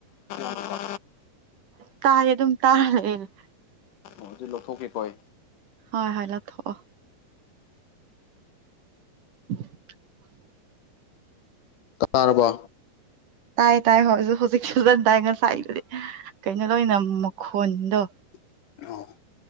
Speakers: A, on the left; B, on the right.
A: ꯑꯣ
B: ꯇꯥꯏ ꯑꯗꯨꯝ ꯇꯥ ꯂꯩꯌꯦ
A: ꯑꯣ ꯑꯗꯨ ꯂꯧꯊꯣꯛꯀꯦꯀꯣ ꯑꯩ
B: ꯍꯣꯏ ꯍꯣꯏ ꯂꯧꯊꯣꯛꯑꯣ <unintelligible>
A: ꯇꯥꯔꯕꯣ
B: ꯇꯥꯏ ꯇꯥꯏ ꯍꯣꯏ ꯍꯧꯖꯤꯛ ꯐꯖꯟ ꯇꯥꯏ ꯉꯁꯥꯏꯗꯨꯗꯤ ꯀꯩꯅꯣ ꯂꯣꯏꯅ ꯃꯈꯣꯟꯗꯣ
A: <unintelligible>